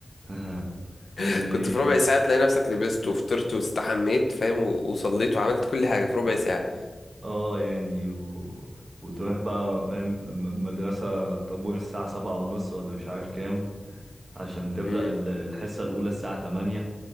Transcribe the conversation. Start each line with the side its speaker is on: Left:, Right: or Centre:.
Right: <laughs>
Left: <laughs>
Right: كانوا ايه
Left: كنت في ربع ساعة تلاقي نفسك لبست وفطرت واستحميت فاهم و- وصليت وعملت كل حاجة في ربع ساعة
Right: اه يعني و... وتروح بقى فاهم م- مدرسة الطابور الساعة سبعة ونص ولا مش عارف كام عشان تبدأ
Left: مم.
Right: ال- الحصة الأولى الساعة تمانية